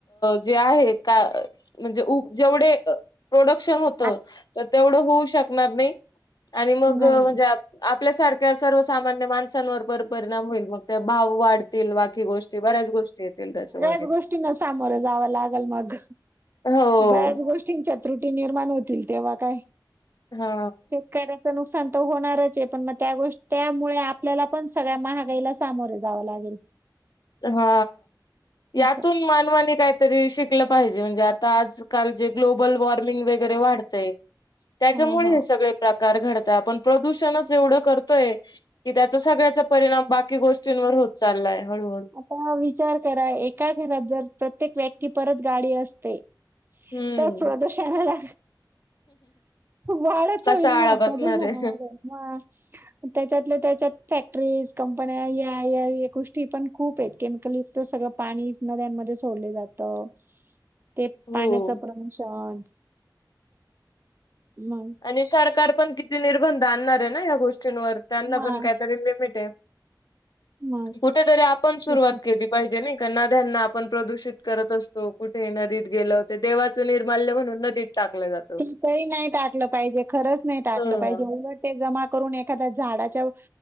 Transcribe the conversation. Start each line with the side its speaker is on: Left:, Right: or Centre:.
Left: जे आहे का, म्हणजे ऊब जेवढे प्रोडक्शन होत.
Right: आ
Left: तर तेवढं होऊ शकणार नाही. आणि मग
Right: नाही
Left: म्हणजे आपल्यासारख्या सर्वसामान्य माणसांवर पण परिणाम होईल मग ते भाव वाढत तील बाकी गोष्टी बऱ्याच गोष्टी येतील त्याच्या माग.
Right: गोष्टी ना सामोर जाव लागेल मग,
Left: हो
Right: बऱ्याच गोष्टी तीनच्या त्रुटी निर्माण होतील तेव्हा काय?
Left: हा.
Right: शेतकऱ्यांचं नुकसान तर होणारच आहे. पण मग त्या गोष्ट त्यामुळे आपल्याला पण सगळ्या महागाईला सामोरे जावं लागेल.
Left: हा यातून
Right: असं
Left: मानवाने काय तरी शिकलं पाहिजे म्हणजे आता आजकाल जे ग्लोबल वॉर्मिंग वगैरे वाढतंय त्याच्यामुळे
Right: हा हा
Left: हे सगळे प्रकार घडताय आपण प्रदूषणच एवढं करतोय कि त्याचा सगळ्याचा परिणाम बाकी गोष्टींवर होत चाललाय हळूहळू
Right: तो विचार करा एका घरात जर प्रत्येक व्यक्ती परत गाडी असते
Left: हम्म
Right: तर प्रदूषणाला वाढच
Left: कसा
Right: होईल ना
Left: आळा
Right: प्रदुषणामध्ये
Left: बसणार आहे
Right: हा त्याच्यातल्या त्याच्यात फॅक्टरीज कंपन्या या या ये गोष्टी पण खूप आहेत केमिकल युक्त सगळं पाणी नद्यांमध्ये सोडले जातं ते
Left: हो.
Right: पाण्याचं प्रदूषण मग
Left: आणि सरकार पण किती निर्बंध आणणार आहे ना या गोष्टींवर त्यांना
Right: मग
Left: पण काहीतरी लिमिट आहे
Right: मग
Left: कुठेतरी आपण सुरुवात
Right: तसं.
Left: केली पाहिजे नाही त्या नद्यांना आपण प्रदूषित करत असतो, कुठे नदीत गेलो ते देवाचं निर्माल्य म्हणून नदीत टाकलं जात
Right: ते तरी नाही टाकलं पाहिजे खरंच नाही टाकलं
Left: हो
Right: पाहिजे उलट ते जमा करून एखाद्या झाडाच्या